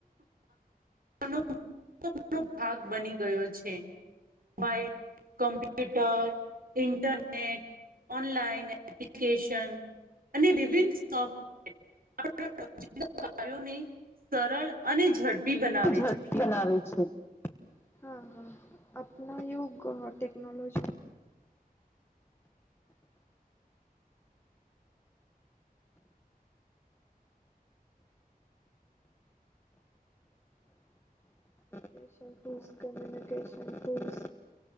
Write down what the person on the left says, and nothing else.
ડપ બનાવે છે, હ <inaudible> આપણા યુગ ટેકનોલોજી <inaudible> ટૂલ્સ કમ્યુનિકેશન ટૂલ્સ